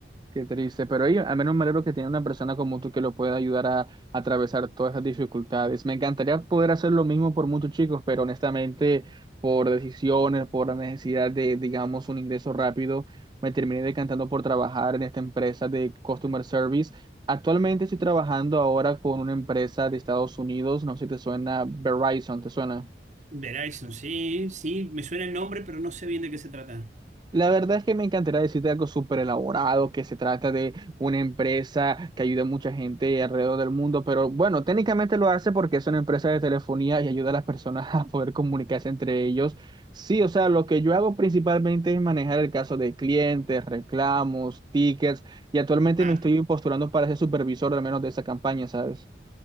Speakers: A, on the right; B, on the right.
A: Qué triste, pero ahí al menos me alegro que tiene una persona como tú que lo pueda ayudar a, a atravesar todas esas dificultades. Me encantaría poder hacer lo mismo por muchos chicos, pero honestamente, por decisiones, por la necesidad de, digamos, un ingreso rápido, me terminé decantando por trabajar en esta empresa de customer service. Actualmente estoy trabajando ahora con una empresa de Estados Unidos, no sé si te suena Verizon, ¿te suena?
B: Verizon, sí, sí, me suena el nombre, pero no sé bien de qué se trata.
A: La verdad es que me encantaría decirte algo súper elaborado, que se trata de una empresa que ayuda a mucha gente alrededor del mundo, pero bueno, técnicamente lo hace porque es una empresa de telefonía y ayuda a las personas <laughs> a poder comunicarse entre ellos. Sí, o sea, lo que yo hago principalmente es manejar el caso de clientes, reclamos, tickets, y actualmente
B: Ajá.
A: me estoy postulando para ser supervisor al menos de esa campaña, ¿sabes?